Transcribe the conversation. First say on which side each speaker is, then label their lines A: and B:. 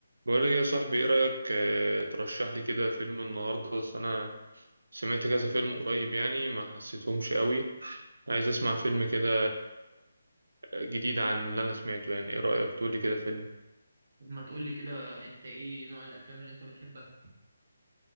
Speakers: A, on the right (about 80°); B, on the right (about 60°).
A: بقول لك يا صاحبي ايه رأيك آه، ترشح لي كده فيلم النهارده بس انا سمعت كذا فيلم قريب يعني ما حسيتهمش قوي عايز اسمع فيلم كده جديد عن اللي انا سمعته يعني ايه رأيك تقول لي كده فيلم
B: طب ما تقولي كده انت ايه نوع الافلام اللي انت بتحبها